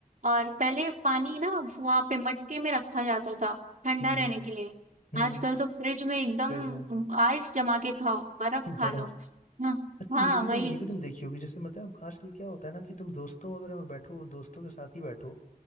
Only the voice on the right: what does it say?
और पहले पानी ना वहां पे मटके में रखा जाता था ठंडा
रहने
के लिए
आजकल तो फ्रिज में एकदम
आइस जमा के खाओ बर्फ
खा लो हाँ
हाँ
वही